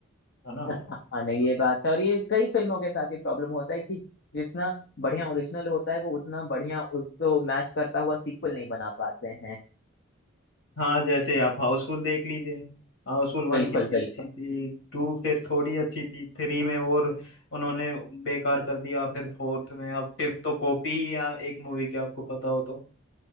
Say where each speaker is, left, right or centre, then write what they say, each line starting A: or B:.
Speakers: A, on the left (about 70°); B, on the left (about 55°).
A: है ना
B: हाँ नहीं ये बात है और ये कई फिल्मों के साथ ये प्रॉब्लम होता है कि जितना बढ़िया ओरिजिनल होता है वो उतना बढ़िया उसको मैच करता हुआ सीक्वल नहीं बना पाते हैं
A: हाँ जैसे आप हाउसफुल देख लीजिए हाउसफुल वन
B: बिल्कुल
A: कितनी
B: बिल्कुल
A: अच्छी थी टू फिर थोड़ी अच्छी थी थ्री में और उन्होंने बेकार कर दिया फिर फोर्थ में अब फिफ्थ तो कॉपी ही है एक मूवी की आपको पता हो तो